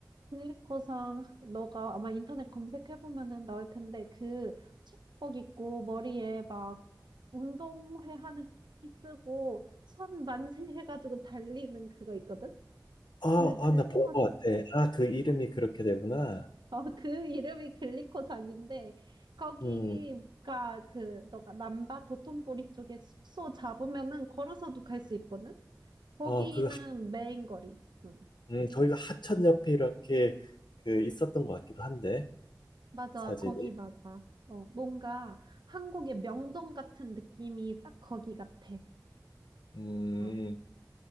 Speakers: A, on the right; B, on the left.
A: 필리코상 너가 아마 인터넷 검색해보면은 나올 텐데 그 체육복 입고 머리에 막 운동회 하는 티 쓰고 손 만세 해가지고 달리는 그거 있거든?
B: 아,
A: 그
B: 아,
A: 글리코상
B: 나 본 거 같아. 아, 그 이름이
A: <laughs>
B: 그렇게 되구나.
A: 어, 그 이름이 글리코상인데 거기가
B: 음,
A: 그 너가 남바 도톤보리 쪽에 숙소 잡으면은 걸어서도 갈 수 있거든? 거기는
B: 어, 그, 하-
A: 메인 거리. 응.
B: 음, 저희가 하천 옆에 이렇게 그 있었던 것 같기도 한데,
A: 맞아,
B: 사진이.
A: 거기 맞아. 어, 뭔가 한국의 명동 같은 느낌이 딱 거기 같아.
B: 음.
A: 어,